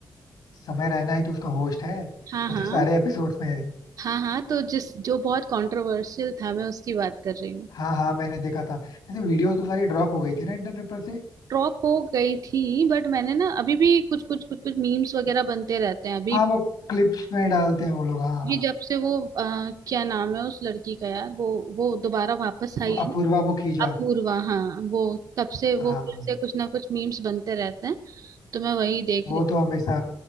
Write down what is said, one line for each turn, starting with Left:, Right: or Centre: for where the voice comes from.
Left: समय रहना ही तो उसका होस्ट है
Right: हाँ
Left: वो
Right: हाँ
Left: तो सारे एपिसोड्स में है
Right: हाँ हाँ तो जिस जो बहुत कंट्रोवर्शियल था मैं उसकी बात कर रही हूँ
Left: हाँ हाँ मैंने देखा था ऐसे वीडियोस तो सारी ड्रॉप हो गई थी ना इंटरनेट पर से
Right: ड्रॉप हो गई थी बट मैंने ना अभी भी कुछ कुछ कुछ कुछ मीम्स वगैरह बनते रहते हैं अभी
Left: हाँ वो क्लिप्स में डालते हैं वो लोग हाँ
Right: ये
Left: हाँ
Right: जब से वो अ, क्या नाम है उस लड़की का यार वो वो दोबारा वापस आई
Left: वो अपूर्वा मुखीजा
Right: अपूर्वा हाँ वो तब से वो
Left: हाँ
Right: फिर से कुछ ना कुछ मीम्स बनते रहते हैं तो मैं वही देख
Left: वो
Right: रही
Left: तो हमेशा